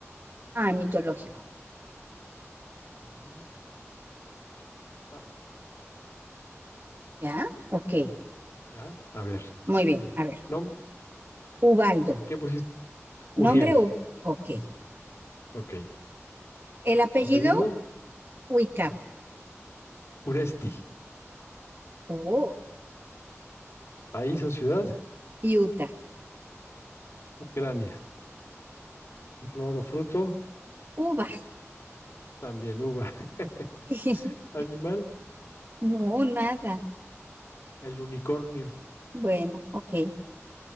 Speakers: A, on the right (about 45°); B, on the left (about 65°).
A: Ah, mitológico,
B: Ujú. Basta.
A: ¿ya? Ok,
B: ¿Ya? A ver.
A: muy bien, a ver.
B: No,
A: Ubaldo,
B: ¿qué pusiste? Uriel.
A: nombre U, ok.
B: Ok.
A: El apellido
B: Apellido,
A: Uicap,
B: Uresti.
A: oh,
B: País o ciudad,
A: y Utah,
B: Ucrania. Flor o fruto,
A: uva.
B: también uva. <laughs>
A: <laughs>
B: Animal,
A: No, nada.
B: el unicornio.
A: Bueno, ok.